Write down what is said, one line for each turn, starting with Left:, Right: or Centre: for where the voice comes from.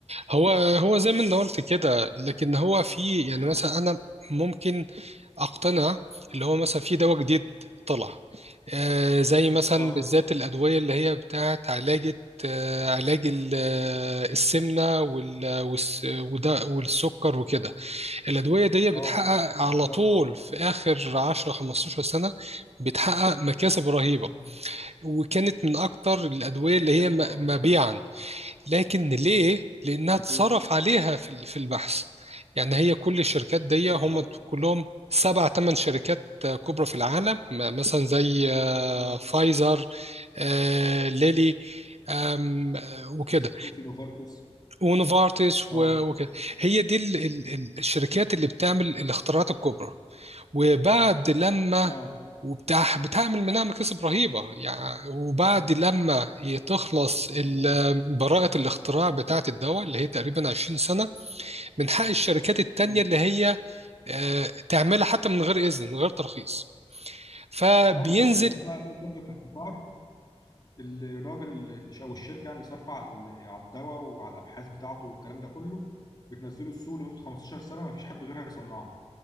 Right: هو هو زي ما انت قلت كده لكن هو في يعني مثلا انا ممكن اقتنع اللي هو مثلا في دواء جديد طلع آه زي مثلا
Left: اه
Right: بالذات الادويه اللي هي بتاعت علاجة آه علاج ال- آه، السمنه وال- والس- وده- والسكر وكده الادويه دي بتحقق
Left: اه
Right: على
Left: بالظبط
Right: طول
Left: اه
Right: في اخر 10 15 سنه بتحقق مكاسب رهيبه
Left: مم.
Right: وكانت من اكتر الادويه اللي
Left: دي حقيقه
Right: هي م-
Left: اه
Right: مبيعا لكن ليه؟ لأنها
Left: دي
Right: اتصرف
Left: حقيقة.
Right: عليها في ال- في البحث يعني هي كل الشركات دي
Left: بالظبط
Right: هم كلهم سبع ثمان شركات كبرى في العالم م- مثلا زي آه،
Left: اه
Right: فايزر آه، ليلي آم، آه، وكده
Left: سنوفي نوفارتس
Right: ونوفارتس
Left: اه
Right: و- وكده هي دي ال- ال- ال- الشركات اللي بتعمل الاختراعات الكبرى وبعد لما
Left: اه
Right: وبتاع بتعمل منها مكاسب رهيبة يعني وبعد لما تخلص ال-
Left: اه
Right: براءة الاختراع بتاعة الدواء اللي هي تقريبا 20 سنة من حق الشركات التانية
Left: مم.
Right: اللي هي آه، تعملها حتى من غير إذن من غير ترخيص فبينزل
Left: اه بالظبط ما دي اسمها اول فتره احتكار الراجل اللي او الشركه يعني اللي صارفه على ال- على الدواء وعلى الابحاث بتاعته والكلام ده كله بتنزله السوق لمده 15 سنه ما فيش حد غيرها يصنعه